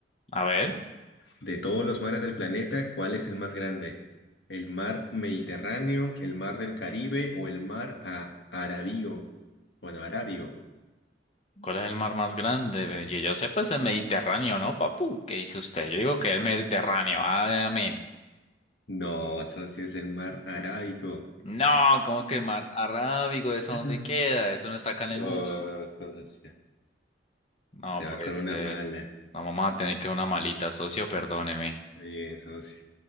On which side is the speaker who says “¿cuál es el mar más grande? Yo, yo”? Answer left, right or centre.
Left